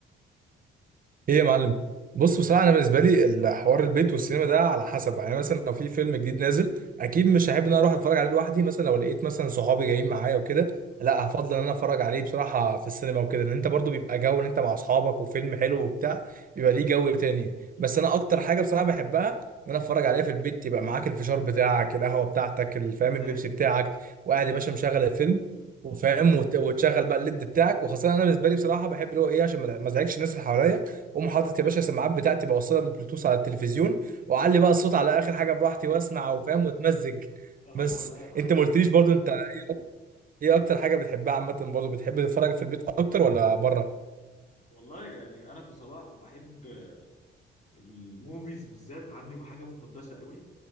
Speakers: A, on the right (about 45°); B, on the left (about 35°).
A: ايه يا معلم بص بصراحه انا بالنسبه لي الحوار البيت والسينما ده على حسب يعني مثلا لو في فيلم جديد نازل اكيد مش هحب ان انا اروح اتفرج عليه لوحدي مثلا لو لقيت مثلا صحابي جايين معايا وكده لا هفضل ان انا اتفرج عليه بصراحه في السينما وكده ان انت برضو بيبقى جو ان انت مع اصحابك وفيلم حلو وبتاع بيبقى ليه جو تاني بس انا اكتر
B: ايوه
A: حاجه بصراحه بحبها ان انا اتفرج عليها في البيت يبقى معاك الفشار بتاعك القهوه بتاعتك الفام
B: يا مزاجك
A: البيبسي بتاعك وقاعد
B: اه
A: يا باشا مشغل الفيلم وفاهم وت- وتشغل بقى الليد بتاعك وخاصه انا بالنسبه لي بصراحه بحب اللي هو ايه عشان ما ما ازعجش الناس اللي حواليا اقوم حاطط يا باشا السماعات بتاعتي بوصلها بالبلوتوث على التلفزيون واعلي
B: <laughs>
A: بقى الصوت
B: هو
A: على
B: ده
A: اخر حاجه براحتي واسمع وفاهم واتمزج
B: هو
A: بس
B: ده يا معلم
A: انت ما قلتليش برضو انت ايه أك- إيه اكتر حاجه بتحبها عامه برضو بتحب تتفرج في البيت اكتر ولا بره
B: والله يعني انا كصلاح بحب الموفيز بالذات عندي حاجه مقدسه قوي